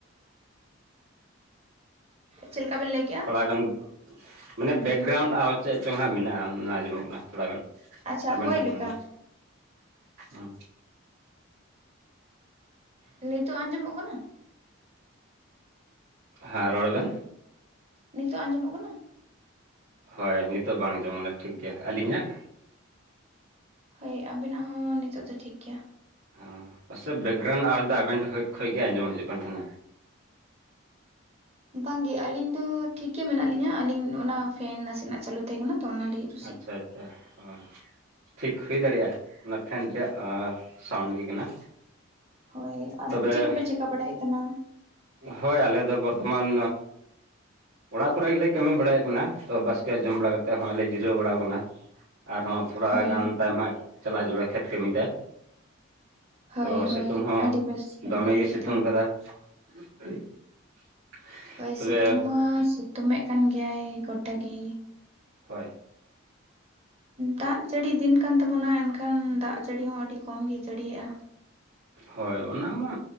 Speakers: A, on the right; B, on the right.
A: ᱪᱮᱞ ᱠᱟ ᱵᱮᱱ ᱞᱟᱹᱭ ᱠᱮ-ᱟ?
B: ᱛᱷᱚᱲᱟ ᱜᱟᱱ ᱢᱟᱱᱮ ᱵᱮᱠᱜᱨᱟᱣᱩᱱᱰ ᱟᱣᱟᱡ ᱪᱮᱫ ᱪᱚᱝ ᱦᱟᱸᱜ ᱢᱮᱱᱟᱜᱼᱟ ᱚᱱᱟ ᱟᱸᱡᱚᱢᱚᱜ ᱠᱟᱱᱟ ᱛᱷᱚᱲᱟ ᱜᱟᱱ᱾
A: ᱟᱪᱪᱷᱟ
B: ᱟᱵᱮᱱ
A: ᱦᱳᱭ
B: ᱴᱷᱮ ᱠᱷᱚᱱᱟᱜ
A: ᱞᱮᱠᱟ
B: ᱩᱸ
A: ᱱᱤᱛᱳᱜ ᱟᱸᱡᱚᱢᱚᱜ ᱠᱟᱱᱟ?
B: ᱦᱮᱸ ᱨᱚᱲ ᱵᱮᱱ
A: ᱱᱤᱛᱳᱜ ᱟᱸᱡᱚᱢᱚᱜ ᱠᱟᱱᱟ?
B: ᱦᱳᱭ ᱱᱤᱛᱚᱜ ᱵᱟᱝ ᱟᱸᱡᱚᱢᱚᱜ ᱠᱟᱱᱟ ᱴᱷᱤᱠ ᱜᱮᱭᱟ, ᱟᱹᱞᱤᱧᱟᱜ?
A: ᱦᱳᱭ ᱟᱵᱮᱱᱟᱜ ᱦᱚᱸ ᱱᱤᱛᱳᱜ ᱫᱚ ᱴᱷᱤᱠ ᱜᱮᱭᱟ᱾
B: ᱚᱸ ᱯᱟᱥᱮᱜ ᱵᱮᱠᱜᱨᱟᱣᱩᱱᱰ ᱟᱣᱟᱡ ᱫᱚ ᱟᱵᱮᱱ ᱴᱷᱮᱡ ᱠᱷᱚᱡ ᱜᱮ ᱟᱸᱡᱚᱢ ᱦᱤᱡᱩᱜ ᱠᱟᱱ ᱛᱟᱦᱮᱱᱟ᱾
A: ᱵᱟᱝᱜᱮ ᱟᱹᱞᱤᱧ ᱫᱚ ᱴᱷᱤᱠ ᱜᱮ ᱢᱮᱱᱟᱜ ᱞᱤᱧᱟᱹ ᱟᱹᱞᱤᱧ ᱚᱱᱟ ᱯᱷᱮᱱ ᱱᱟᱥᱮᱱᱟᱜ ᱪᱟᱹᱞᱩ ᱛᱟᱦᱮᱸ ᱠᱟᱱᱟ ᱛᱚ, ᱚᱱᱟ ᱞᱟᱹᱜᱤᱫ, ᱯᱟᱥᱮᱡ
B: ᱟᱪᱷᱟ ᱟᱪᱷᱟ ᱦᱚᱸ ᱴᱷᱤᱠ ᱦᱩᱭ ᱫᱟᱲᱮᱜ-ᱟ ᱚᱱᱟ ᱯᱷᱮᱱ ᱨᱮᱭᱟᱜ ᱚᱸ ᱥᱟᱣᱩᱱᱰ ᱜᱮ ᱠᱟᱱᱟ᱾
A: ᱦᱳᱭ ᱟᱨ
B: ᱛᱚᱵᱮ
A: ᱪᱮᱜ ᱠᱚᱯᱮ ᱪᱮᱠᱟ ᱵᱟᱲᱟᱭᱮᱜ ᱠᱟᱱᱟ?
B: ᱦᱳᱭ ᱟᱞᱮ ᱫᱚ ᱵᱚᱨᱛᱚᱢᱟᱱ ᱚᱲᱟᱜ ᱠᱚᱨᱮ ᱜᱮᱞᱮ ᱠᱟᱹᱢᱤ ᱵᱟᱲᱟᱭᱮᱜ ᱠᱟᱱᱟ ᱛᱚ ᱵᱟᱥᱠᱮᱭᱟᱜ ᱡᱚᱢ ᱵᱟᱲᱟ ᱠᱟᱛᱮᱜ ᱦᱚᱸᱜ-ᱚᱭ ᱞᱮ ᱡᱤᱨᱟᱹᱣ ᱵᱟᱲᱟᱣ ᱠᱟᱱᱟ᱾ ᱟᱨᱦᱚᱸ ᱛᱷᱚᱲᱟ
A: ᱦᱳᱭ
B: ᱜᱟᱱ ᱛᱟᱭᱚᱢ ᱦᱟᱸᱜ ᱪᱟᱞᱟᱜ ᱡᱟᱨᱩᱲᱟ ᱠᱷᱮᱛ ᱠᱟᱹᱢᱤᱛᱮ᱾
A: ᱦᱳᱭ
B: ᱛᱚ ᱥᱤᱛᱩᱝ
A: ᱦᱳᱭ
B: ᱦᱚᱸ
A: ᱟᱹᱰᱤ ᱵᱮᱥ ᱵᱮᱱ
B: ᱫᱚᱢᱮ
A: ᱞᱟᱹᱭ
B: ᱜᱮᱭ ᱥᱤᱛᱳᱝ
A: ᱠᱮᱫᱟ
B: ᱠᱟᱫᱟ᱾ <inaudible>
A: ᱦᱳᱭ
B: ᱛᱚᱵᱮ
A: ᱥᱤᱛᱩᱝ ᱢᱟ ᱥᱤᱛᱩᱢᱮᱫ ᱠᱟᱱ ᱜᱮᱭᱟᱭ ᱜᱚᱴᱟ ᱜᱮ᱾
B: ᱦᱚᱭ
A: ᱫᱟᱜ ᱡᱟᱹᱲᱤ ᱫᱤᱱ ᱠᱟᱱ ᱛᱟᱵᱚᱱᱟ ᱮᱱᱠᱷᱟᱱ ᱫᱟᱜ ᱡᱟᱹᱲᱤ ᱦᱚᱸ ᱟᱹᱰᱤ ᱠᱚᱢᱜᱤ ᱡᱟᱹᱲᱤᱭᱮᱜ-ᱟ᱾
B: ᱦᱳᱭ ᱚᱱᱟ ᱢᱟ